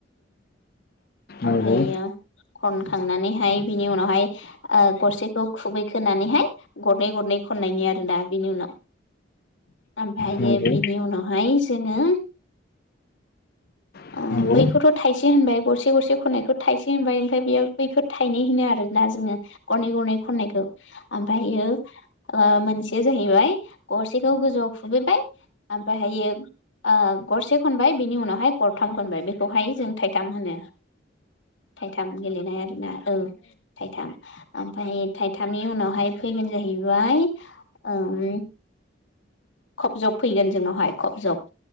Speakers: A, on the left; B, on the left.
A: नंगौ
B: <inaudible> ओमफ्रायो खन खांनानैहाय बिनि उनावहाय गरसेखौ खुबैखोनानैहाय गरनै गरनै खननायनि आरो ना बिनि उनाव ओमफायो
A: नंगौ
B: बिनि उनावहाय सो नो
A: नंगौ
B: ओ बैखौथ थाइसे होनबाय गरसे गरसे खननाय थाइसे होनबाय ओमफ्राय बेयाव बैखौ थाइनै होनो आरोना जोङो गरनै गरनै खननायखौ ओमफ्रायो ओ मोनसेया जाहैबाय गरसेखौ गोजौआव खुबैबाय ओमफ्रायहायो ओ गरसे खनबाय बिनि उनावहाय गरथाम खनबाय बेखौहाय जों थाइथाम होनो थाइथाम गेलेनाय आरोना औ थाइथाम ओमफ्राय थाइथामनि उनावहाय फैगोन जाहैबाय ओम खब जब फैगोन जोंनावहाय खब जब